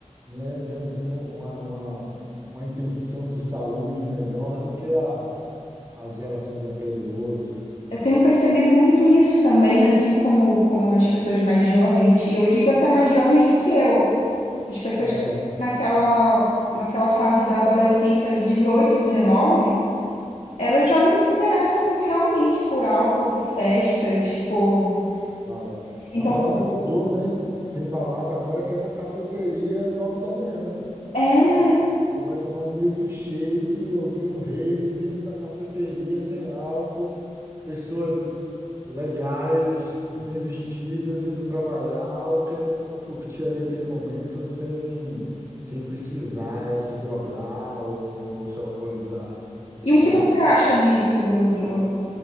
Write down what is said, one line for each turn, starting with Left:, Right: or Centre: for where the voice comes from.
Right: né, tem uma, uma, uma uma intenção de saúde melhor do que a, as gerações anteriores.
Left: eu tenho percebido muito isso também, assim como, como as pessoas mais jovens, e eu digo até mais jovens do que eu, as pessoas
Right: É,
Left: que estão naquela, naquela fase da adolescência ali, 18, 19. elas já não se interessam realmente por álcool, por festas, por.
Right: bala-
Left: se entor-
Right: a balada mudou, né? Tem balada agora que é na cafeteria, nove da manhã.
Left: É.
Right: Você você vai tomar um milkshake e ouvir um rave dentro da cafeteria, sem álcool, pessoas legais, bem vestidas, indo trabalhar ou querendo curtir ali aquele momento sem, sem precisar se drogar ou, ou se alcoolizar,
Left: E o
Right: né?
Left: que você acha disso, do, do,